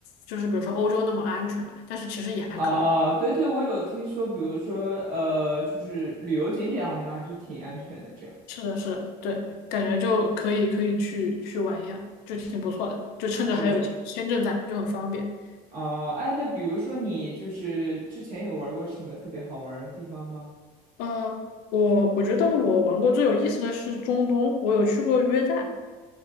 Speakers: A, on the left (about 85°); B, on the right (about 60°).
A: 就是比如说欧洲那么安全嘛，但是其实也还可以。
B: 啊，对对，我有听说，比如说呃，就是旅游景点好像还是挺安全的这样。
A: 是的，是的，对，感觉就可以可以去去玩一下，就挺不错的，就趁着还有签签证在，
B: 是，
A: 就很方便。
B: 哦，哎，那比如说你就是之前有玩过什么特别好玩儿的地方吗？
A: 呃，我我觉得我玩过最有意思的是中东，我有去过约旦，